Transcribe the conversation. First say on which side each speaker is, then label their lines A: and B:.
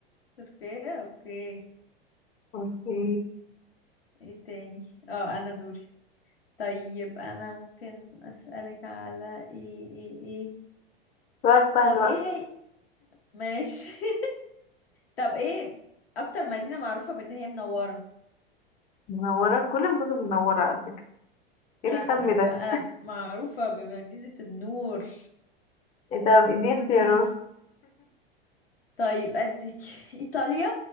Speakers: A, on the left (about 75°); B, on the left (about 25°).
A: تركيا اوكي
B: اوكي
A: ايه تاني اه انا دوري طيب انا ممكن اسالك على ايه ايه ايه
B: سؤال سهل
A: طب
B: بقى
A: ايه هي ماشي <laughs> طب ايه اكتر مدينه معروفه بان هي منوره
B: منورة كل المدن منورة على فكرة
A: لا
B: ايه الكم
A: دي
B: ده؟
A: بقى معروفه بمدينه النور
B: <laughs> طب
A: النور
B: اديني اختيارات
A: النور طيب اديك ايطاليا